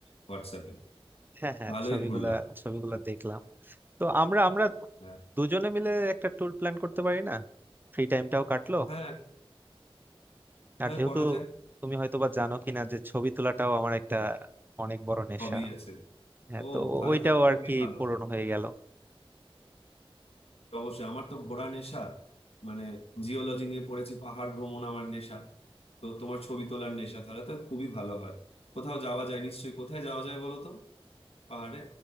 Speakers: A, on the left; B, on the right.
A: হোয়াটসঅ্যাপে
B: হ্যাঁ হ্যাঁ
A: ভালোই
B: ছবিগুলা
A: ঘুরলাম
B: ছবিগুলা দেখলাম তো আমরা আমরা
A: হ্যাঁ
B: দুজনে মিলে একটা ট্যুর প্ল্যান করতে পারি না ফ্রি টাইমটাও কাটলো
A: হ্যাঁ হ্যাঁ
B: আর যেহেতু
A: করা যায়
B: তুমি হয়তো বা জানো কিনা যে ছবি তোলাটাও আমার একটা অনেক বড় নেশা
A: সবই আছে
B: হ্যাঁ
A: ও
B: তো ও-
A: তাহলে
B: ওইটাও
A: তো খুবই
B: আর কি
A: ভালো
B: পূরণ হয়ে গেল
A: অবশ্যই আমার তো ঘোরা নেশা মানে জিওলজি নিয়ে পড়েছি পাহাড় ভ্রমণ আমার নেশা তো তোমার ছবি তোলার নেশা তাহলে তো খুবই ভালো হয় কোথাও যাওয়া যায় নিশ্চয়ই কোথায় যাওয়া যায় বলো তো পাহাড়ে